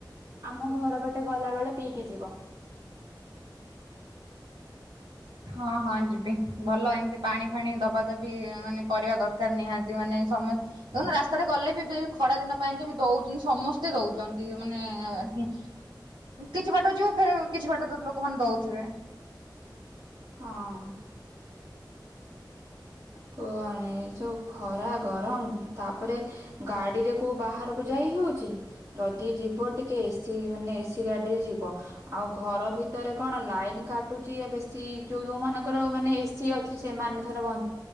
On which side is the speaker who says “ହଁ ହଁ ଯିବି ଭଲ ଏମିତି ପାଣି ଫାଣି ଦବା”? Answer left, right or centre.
Right